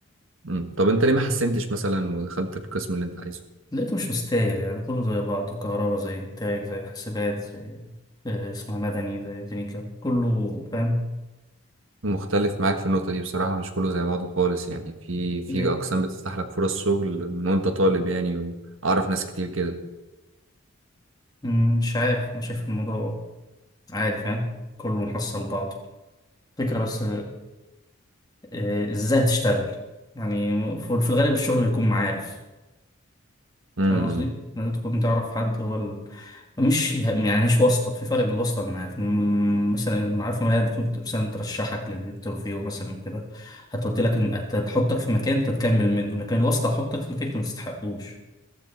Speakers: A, on the right; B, on the left.
A: امم طب انت ليه ما حسنتش مثلا ودخلت القسم اللي انت عايزه
B: لقيته مش مستاهل يعني كله زي بعضه كهرباء زي إنتاج زي حاسبات زي آه اسمها مدني زي ميكانيكا كله فاهم
A: مختلف معاك في النقطة دي بصراحة مش كله زي بعضه خالص يعني في في
B: دي
A: أقسام بتفتح لك فرص شغل من وأنت طالب يعني وأعرف ناس كتير كده
B: مم، مش عارف أنا شايف الموضوع عادي فاهم كله محصل بعضه فكرة بس آه، ازاي هتشتغل يعني في في الغالب الشغل بيكون معارف
A: امم
B: فاهم قصدي لازم تكون تعرف حد هو ال... مش يعني مش واسطة في فرق بين الواسطة والمعارف الم- مثلا المعارف ما هي بتكون مثلا ترشحك للانترفيو مثلا كده هتودي لك الم- هت- هتحطك في مكان انت تكمل منه لكن الواسطة هتحطك في مكان انت ما تستحقوش